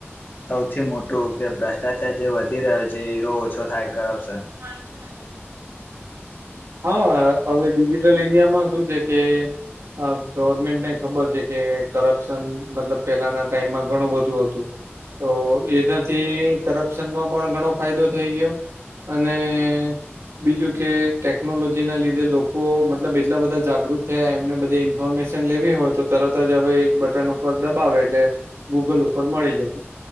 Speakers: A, on the left; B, on the right.
A: સૌથી મોટું કે ભ્રષ્ટાચાર જે વધી રહ્યો છે એો ઓછો થાય કરપ્શન
B: હા પણ હા હવે ડિજિટલ ઇન્ડિયામાં શું છે કે હ ગવર્મેન્ટને ખબર છે કે કરપ્શન મતલબ પેલાના ટાઈમમાં ઘણું બધું હતું. તો એનાથી કરપ્શનમાં પણ ઘણો ફાયદો થઈ ગયો. અને બીજું કે ટેકનોલોજીના લીધે લોકો મતલબ એટલા બધા જાગૃત થયા એમને બધી ઇન્ફોર્મેશન લેવી હોય તો તરત જ હવે એક બટન ઉપર દબાવે એટલે ગૂગલ ઉપર મળી જાય.